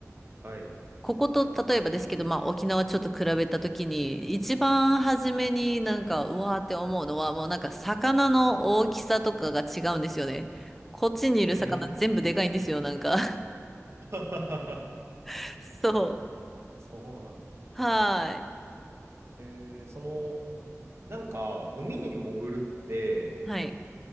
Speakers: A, on the right; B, in the centre.
A: はい。
B: ここと例えばですけど、まあ、沖縄ちょっと比べたときに、一番初めになんか、うわーって思うのは、もうなんか魚の大きさとかが違うんですよね。こっちにいる魚全部でかいんですよ、
A: えー
B: なんか。
A: <laughs>
B: <laughs> そう。
A: そうなんだ。
B: はーい。
A: えー、その、なんか、海に潜るって、
B: はい。